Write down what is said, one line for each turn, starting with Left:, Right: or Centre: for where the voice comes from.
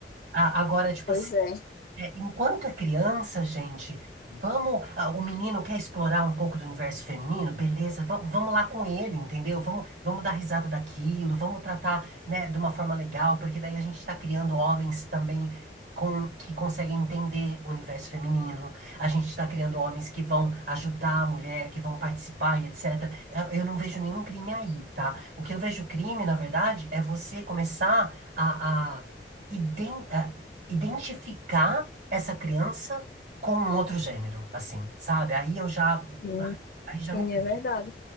Right: A- agora, tipo
Left: Pois
Right: assim.
Left: é.
Right: É, enquanto é criança, gente, vamos. ah, o menino quer explorar um pouco do universo feminino? Beleza, va- vamos lá com ele, entendeu? Vamos, vamos dar risada daquilo, vamos tratar, né, de uma forma legal, porque daí a gente está criando homens também com, que conseguem entender o universo feminino. A gente está criando homens que vão ajudar a mulher, que vão participar e etc. Eu, eu não vejo nenhum crime aí, tá? O que eu vejo crime, na verdade, é você começar a, a iden- a identificar essa criança com um outro gênero, assim, sabe? Aí eu já,
Left: Hum,
Right: ai, aí já
Left: Sim,
Right: me pego.
Left: é verdade.